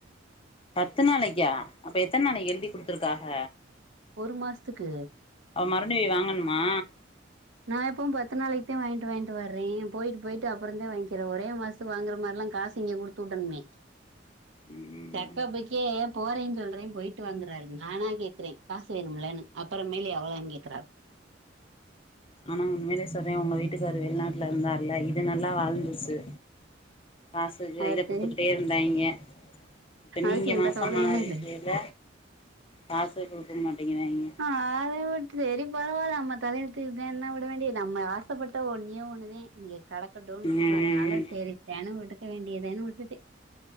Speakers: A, on the left (about 30°); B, on the right (about 75°).
A: பத்து நாளைக்கா அப்ப எத்தன நாளைக்கு எழுதி கொடுத்துருக்காஹ
B: ஒரு மாசத்துக்கு
A: அ மறுபடி வாங்கணுமா
B: நா எப்போவு பத்து நாளைக்குதா வாங்கிட்டு வாங்கிட்டு வர்றே போயிட்டு போயிட்டு அப்புறந்தா வாங்கிற ஒரே மாச சோ வாங்குற மாரிலா காசு இங்க கொடுத்துவுடணுமே
A: ம்
B: செக்கப்புக்கே போறேன்னு சொல்றே போயிட்டு வாங்றாரு நானா கேக்குறே காசு வேணும்லன்னு அப்புறமேலே என்ன எவளோனு கேக்குறாரு
A: ஆனா உண்மையலே சொல்ற உங்க வீட்டுக்காரு வெளிநாட்டுல இருந்தார்ல இது நல்லா வாழ்ந்துச்சு காசு
B: அதுக்கு
A: இத குடுத்துக்கிட்டே இருந்தாய்ங்க இப்ப
B: அதுக்கு
A: நீங்க
B: எந்த
A: மாசமா
B: கவலையுமே
A: இருக்கையில
B: இல்ல
A: காசு குடுக்க மாட்டேங்கிறாய்ங்க
B: ஆ அத உட்று சேறி பரவால்ல நம்ம தலையெழுத்து இதுதேன்னு விட வேண்டிய தா நம்ம ஆசைப்பட்ட ஒன்னே ஒன்னுதே இங்க கெடக்கட்டுனு
A: ம் ம்
B: அதனால
A: ம்
B: சரித்தானு விட்டுக்க வேண்டியதான்னு விட்டுட்டே